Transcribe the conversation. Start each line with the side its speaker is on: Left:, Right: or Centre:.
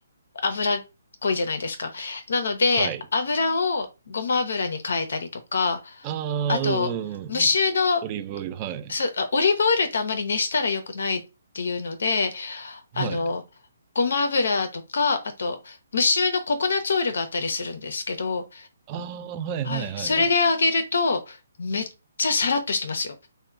Left: 油っこいじゃないですか。なので、
Right: はい。
Left: 油をごま油に変えたりとか、
Right: ああ、
Left: あと、
Right: うんうんうんうん。
Left: 無臭の、
Right: オリーブオイル、はい。
Left: そう、あオリーブオイルってあんまり熱したら良くないっていうので、
Right: はい。
Left: あの、ごま油とか、あと、無臭のココナッツオイルがあったりするんですけど、
Right: ああ、はいはいはいはい。
Left: はい。それで揚げると、めっちゃサラッとしてますよ。